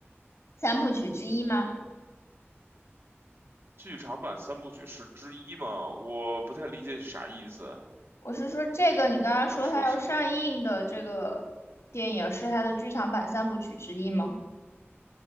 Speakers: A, on the left; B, on the right.
A: 三部曲之一吗？
B: 剧场版三部曲是之一吗？我不太理解你啥意思，
A: 我是说这个，你刚刚说它要上映的这个电影是它的剧场版三部曲之一吗？
B: 想说啥？